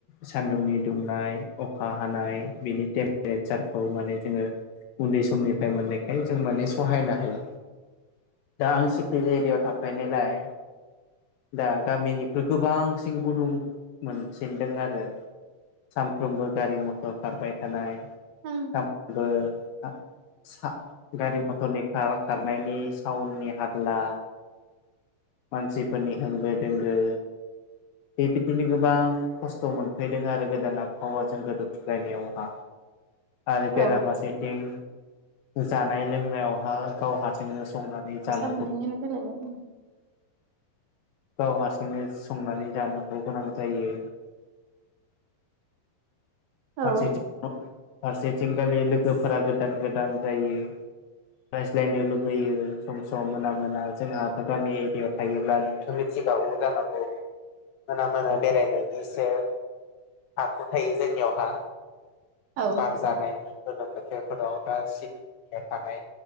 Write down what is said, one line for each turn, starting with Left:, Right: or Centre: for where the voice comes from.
Left: सान्दुंनि दुंनाय, अखा हानाय बिनि टेम्पारेसारखौ माने जोङो उन्दै समनिफ्राय मोननायखाय जों माने सहायनो हायो। दा आं सिटि एरियायाव थाफैनायलाय दा गामिनिख्रुइ गोबांसिन गुदुं मोनसिनदों आरो। सानफ्रोमबो गारि मथर खारबाय थानाय
Right: ओं
Left: सामफ्राबो-सा-सा गारि मथरनि खा-खारनायनि टाउननि हारला मानसिफोरनि होंगो दोंगो बेबायदिनो गोबां खस्थ' मोनफैदों आरो गो गोदान आबहावाजों गोरोबलायनायावहा आरो बेराफारसेथिं
Right: औ
Left: जानाय लोंनायावहा गाव हारथिंनो संनानै
Right: फैसा
Left: जानांगौ।
Right: मोननायनि रायलायबाय
Left: गाव हारसिंनो संनानै जानांगौ गोनां जायो। फारसेथिं
Right: औ
Left: फारसेथिंखालि लोगोफोरा गोदान गोदान जायो। रायज्लायनो लुबैयो सम सम मोना मोना जोंहाथ' गामि एरियायाव थायोब्ला नोंथ' मिथि मिथिखागौ जानांगौ मोना मोना बेरायनायनि इसे हाखु थायो जोंनियावहा
Right: औ
Left: बार जानायनि गोलोम बोथोरफोराव दा सिटि एरिया थानाय